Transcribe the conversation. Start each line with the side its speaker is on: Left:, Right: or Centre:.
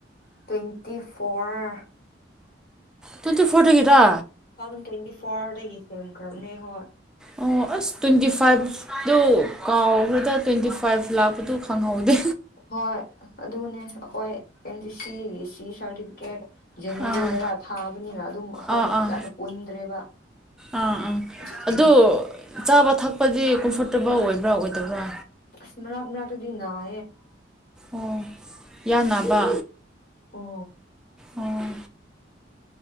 Left: ꯇ꯭ꯋꯦꯟꯇꯤ ꯐꯣꯔ
Centre: ꯇꯨꯇꯤ ꯐꯇ ꯀꯇ
Left: ꯇꯨ ꯊꯥꯎꯖꯟ ꯇ꯭ꯋꯦꯟꯇꯤ ꯐꯣꯔꯗꯒꯤ ꯁꯦꯝꯈ꯭ꯔꯕꯅꯦ ꯍꯣꯏ
Centre: ꯑꯣ ꯑꯁ ꯇ꯭ꯋꯦꯟꯇꯤ ꯐꯥꯏꯚꯇꯨ ꯀꯥꯎꯕ꯭ꯔꯗ ꯇ꯭ꯋꯦꯟꯇꯤ ꯐꯥꯏꯚ ꯂꯥꯛꯄꯗꯨ ꯈꯪꯍꯧꯗꯦ
Left: ꯍꯣꯏ ꯑꯗꯨꯅꯦ ꯑꯩꯈꯣꯏ ꯑꯦꯟ ꯖꯤ ꯁꯤꯒꯤ ꯁꯤ ꯁꯥꯔꯇꯤꯐꯤꯀꯦꯠ ꯖꯅꯋꯥꯔꯤꯗꯔ
Centre: ꯑꯥ
Left: ꯊꯥꯕꯅꯤꯅ ꯑꯗꯨꯝ ꯑꯩꯈꯣꯏꯗꯣ
Centre: ꯑꯥ
Left: ꯐꯖꯅ
Centre: ꯑꯥ
Left: ꯄꯨꯟꯗ꯭ꯔꯦꯕ
Centre: ꯑꯥ ꯑꯥ
Left: ꯑꯗꯨꯒꯤꯅꯦ
Centre: ꯑꯗꯨ ꯆꯥꯕ ꯊꯛꯄꯗꯤ ꯀꯝꯐꯣꯔꯇꯦꯕꯜ ꯑꯣꯏꯕ꯭ꯔꯥ ꯑꯣꯏꯗꯕ꯭ꯔꯥ
Left: ꯁ ꯃꯔꯥꯒ ꯃꯔꯥꯒꯇꯗꯤꯅꯑ
Centre: ꯑꯣ ꯌꯥꯅꯕ
Left: ꯑꯣ
Centre: ꯑꯣ